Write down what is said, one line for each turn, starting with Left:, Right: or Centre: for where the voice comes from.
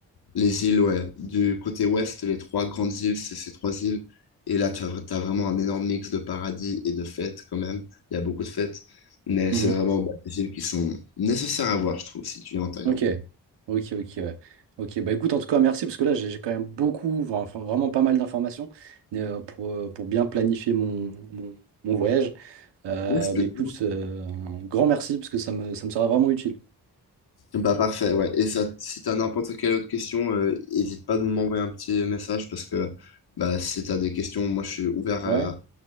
Left: les îles, ouais. Du côté ouest, les trois grandes îles, c'est ces trois îles. Et là, tu as, t'as vraiment un énorme mix de paradis et de fêtes quand même. Il y a beaucoup de fêtes. Mais
Right: Mhm.
Left: c'est vraiment bah, des îles qui sont nécessaires à voir, je trouve, si tu es en Thaïlande.
Right: Ok. Ok, ok, ouais. Ok, bah écoute, en tout cas, merci, parce que là, j'ai j'ai quand même beaucoup, enfin, enfin, vraiment pas mal d'informations euh, pour, euh, pour bien planifier mon, mon, mon voyage. Euh,
Left: Yes, please.
Right: bah écoute, euh, un grand merci, parce que ça me, ça me sera vraiment utile.
Left: Bah, parfait, ouais. Et ça, si tu as n'importe quelle autre question, euh, n'hésite pas de m'envoyer un petit message parce que bah, si tu as des questions, moi, je suis ouvert
Right: Ouais,
Left: à